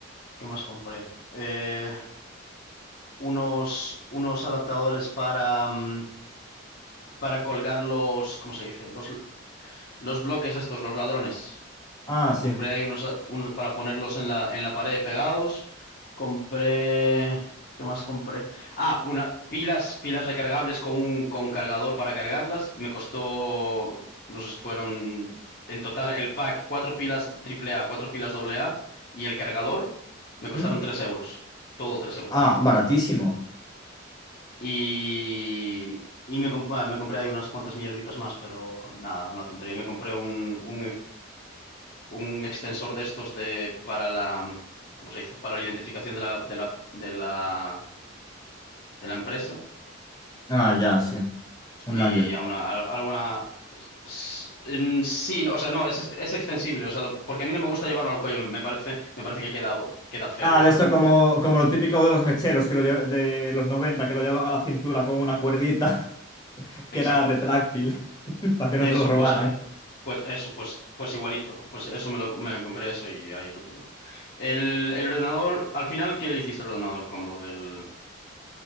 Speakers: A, on the left; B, on the left.
A: ¿qué más compré? Eh, unos, unos adaptadores para, mm, para colgar los, ¿cómo se dice? Los, los bloques estos, los ladrones.
B: Ah, sí.
A: Compré ahí unos, ah, unos para ponerlos en la, en la pared pegados. Compré. ¿Qué más compré? Ah, una, pilas, pilas recargables con un con cargador para cargarlas. Me costó, no sé si fueron en total el pack, cuatro pilas triple A, cuatro pilas doble A y el cargador. Me costaron
B: ¿Mm?
A: tres euros. Todo tres euros.
B: Ah, baratísimo.
A: Y, y me, comp- ah, me compré ahí unas cuantas mierditas más, pero nada, una tontería. Me compré un, un, un extensor de estos de para la, mm, ¿cómo se dice? Para la identificación de la, de la, de la, de la empresa
B: Ah, ya, sí. Un
A: y
B: Langer.
A: a una, a alguna s- en sí, no, o sea, no, es, ext- es extensible, o sea, lo- porque a mí no me gusta llevarlo al cuello, me, me parece, me parece que queda, queda feo
B: Ah,
A: llevarlo
B: de eso
A: al
B: como,
A: cuello.
B: como lo típico de los mecheros que lo lle- de los 90 que lo llevaban a la cintura con una cuerdita <laughs>
A: Exacto.
B: que era retráctil, <laughs> para que no
A: Eso,
B: te lo robaran.
A: pues eh, pues eso, pues pues igualito, pues eso me lo me compré eso y ahí lo tengo. El, el ordenador, al final, ¿qué le hiciste al ordenador con lo del